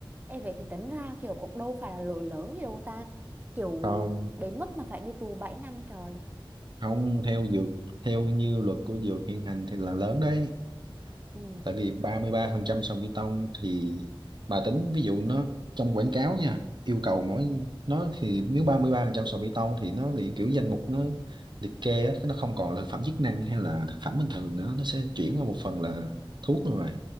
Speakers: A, on the right; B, on the right.
A: Ê vậy thì tính ra kiểu cũng đâu phải là lỗi lớn gì đâu ta, kiểu
B: không
A: đến mức mà phải đi tù bảy năm trời.
B: không theo dược theo như luật của dược hiện hành thì là lớn đấy
A: Ừ.
B: tại vì ba ba mươi ba phần trăm sàn bê tông thì bà tính ví dụ nó trong quảng cáo nha yêu cầu mỗi nó thì nếu ba ba mươi ba phần trăm sàn bê tông thì nó liệt kiểu danh mục nó liệt kê á, nó không còn là thực phẩm chức năng hay là thực phẩm bình thường nữa nó sẽ chuyển qua một phần là thuốc luôn rồi